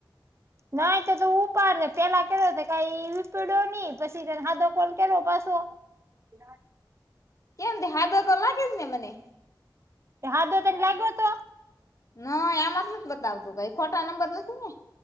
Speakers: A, on the right (about 35°); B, on the left (about 40°).
A: નાહી તો ત ઉપાડ પેલા કે કઈ વિપડ્યો નહી પછીને હાદો કોલ કે પાછો. બના
B: એમ દે હ તો લાગેદને મને.
A: તે હા ધો તારી લાગ્યો હતો.
B: નહી આમાં જ નથી બતાવતું કઈ ખોટા નંબર નથી ને.